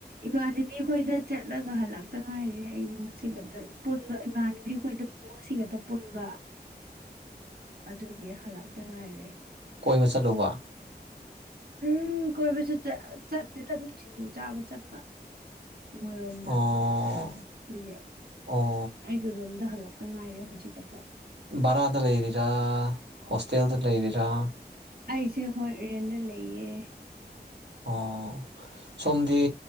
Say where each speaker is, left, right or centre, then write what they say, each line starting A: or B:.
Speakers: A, on the right; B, on the right.
A: ꯏꯃꯥꯟꯅꯕꯤ ꯈꯣꯏꯗ ꯆꯠꯂꯒ ꯍꯜꯂꯛꯇ ꯉꯥꯏꯔꯦ ꯑꯩꯁꯨ ꯉꯁꯤ ꯈꯛꯇ ꯄꯨꯟꯕ ꯏꯃꯥꯟꯅꯕꯤ ꯑꯩꯈꯣꯏꯗ ꯉꯁꯤ ꯈꯛꯇ ꯄꯨꯟꯕ ꯑꯗꯨꯒꯤ ꯍꯜꯂꯛꯇ ꯉꯥꯏꯔꯤ
B: ꯀꯣꯏꯕ ꯆꯠꯂꯨꯕ
A: ꯎꯝ ꯀꯣꯏꯕꯁꯨ ꯆꯠ ꯆꯠ ꯆꯠꯇ‌ꯦ ꯁꯤꯡꯖꯨ ꯆꯥꯕ ꯆꯠꯄ ꯃꯣꯏꯔꯣꯝꯗ
B: ꯑꯣ
A: ꯑꯗꯨꯒꯤ
B: ꯑꯣ
A: ꯑꯩꯒꯤ ꯔꯨꯝꯗ ꯍꯜꯂꯛꯇ ꯉꯥꯏꯔꯦ ꯍꯧꯖꯤꯛꯈꯛꯇ
B: ꯚꯔꯥꯗ ꯂꯩꯔꯤꯔꯥ ꯍꯣꯁꯇꯦꯜꯗ ꯂꯩꯔꯤꯔꯥ
A: ꯑꯩꯁꯦ ꯍꯣꯏ ꯔꯦꯟꯗ ꯂꯩꯌꯦ
B: ꯑꯣ ꯁꯣꯝꯗꯤ